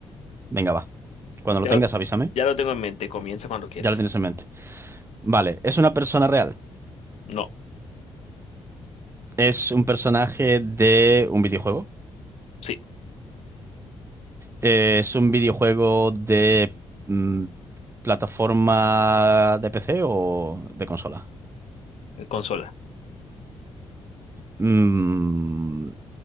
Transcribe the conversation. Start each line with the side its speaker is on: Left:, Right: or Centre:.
Right: Venga, va. Cuando lo
Left: Ya
Right: tengas,
Left: lo,
Right: avísame.
Left: ya lo tengo en mente, comienza cuando quieras.
Right: Ya lo tienes en mente. Vale, ¿es una persona real?
Left: No,
Right: Es un personaje de un videojuego.
Left: sí,
Right: Eh, es un videojuego de mm, plataforma de PC o de consola.
Left: eh, consola.
Right: Mm,